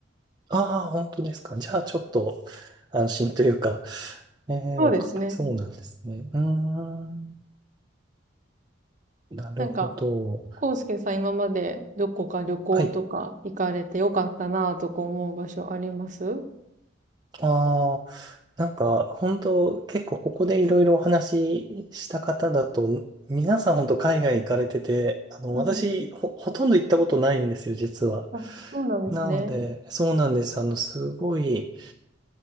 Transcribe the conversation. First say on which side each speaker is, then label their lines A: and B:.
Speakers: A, on the right; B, on the right.
A: ああ、本当ですか。じゃあ、ちょっと安心というか、ええ、
B: そうですね。
A: わかそうなんですね。うーん。なるほど。
B: なんか、コウスケさん今までどこか旅行とか行かれてよかったなぁとか思う場所ありますうん
A: はい。ああ、なんか、本当結構ここでいろいろお話しした方だと、皆さん本当海外行かれてて、あの、
B: うん。
A: 私、ほ、ほとんど行ったことないんですよ、実は。
B: あ、そうなんですね。
A: なので、そうなんです。あの、すごい、